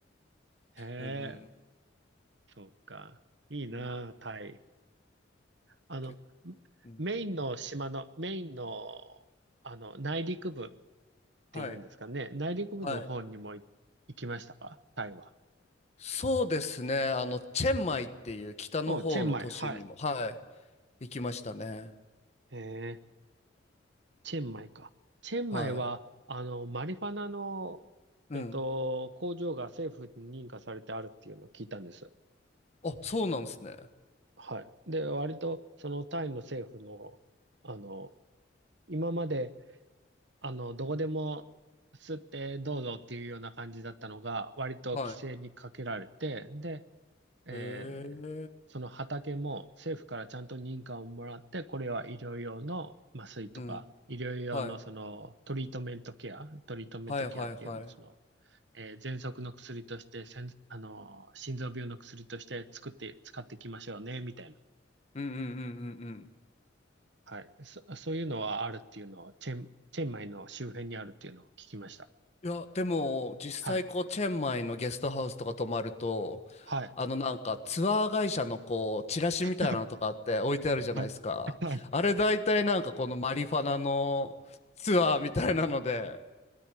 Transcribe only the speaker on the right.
へえ。
そっか。いいなあ、
タイ。あの、
メインの島の、メインの、あの、内陸部っ
ていうんですかね。内陸部の方にもい行きましたかタイは。
お、チェンマイ。はい。
えー、チェンマイか。チェンマイは、
あの、マリファナの、
えっと、工場が政府に認可されてあるっていうのを聞いたんです。
はい。で、割と、そのタイの政府の、あの、今まであの、どこでも吸ってどうぞっていうような感じだったのが、割と規制にかけられて、
で、
えーその畑も政府からちゃんと認可をもらって、
これは医療用の麻酔とか、
医療用のそのトリートメントケア、
トリートメントケアっていうの、
その、えー、喘息の薬として、せん、あの心臓病の薬として作って、使っていきましょうね、みたいな。
はい。そ、そういうのはあるっていうのを、チェン、チェンマイの周辺にあるっていうのを聞きました。
はい。
はい。
<laughs> はい。はい。